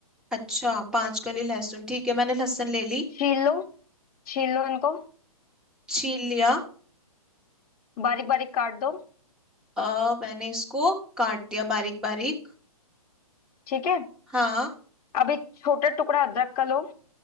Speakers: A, in the centre; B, on the left.
A: अच्छा पांच कली लहसुन ठीक है मैंने लहसुन ले ली
B: छील लो छील लो इनको
A: छील लिया
B: बारीक बारीक काट दो
A: आ, मैंने इसको काट दिया बारीक बारीक
B: ठीक है
A: हाँ
B: अब एक छोटा टुकड़ा अदरक का लो